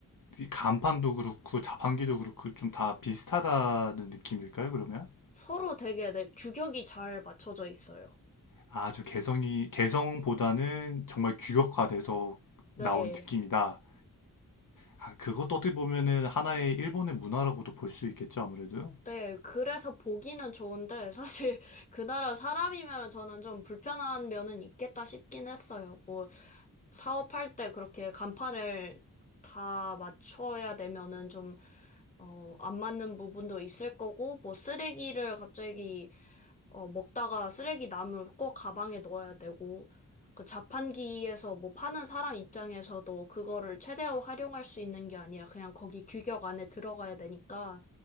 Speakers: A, on the left; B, on the left.
A: 이 간판도 그렇고 자판기도 그렇고 좀 다 비슷하다는 느낌일까요, 그러면?
B: 서로 되게 네, 규격이 잘 맞춰져 있어요.
A: 아주 개성이, 개성보다는 정말 규격화돼서
B: 네.
A: 나온 느낌이다. 아, 그것도 어떻게 보면은 하나의 일본의 문화라고도 볼 수 있겠죠, 아무래도.
B: 네, 그래서 보기는 좋은데, 사실 <laughs> 그 나라 사람이면 저는 좀 불편한 면은 있겠다 싶긴 했어요. 뭐, 사업할 때 그렇게 간판을 다 맞춰야 되면은 좀, 어, 안 맞는 부분도 있을 거고, 뭐, 쓰레기를 갑자기, 어, 먹다가 쓰레기 남을 꼭 가방에 넣어야 되고, 그 자판기에서 뭐 파는 사람 입장에서도 그거를 최대한 활용할 수 있는 게 아니라 그냥 거기 규격 안에 들어가야 되니까,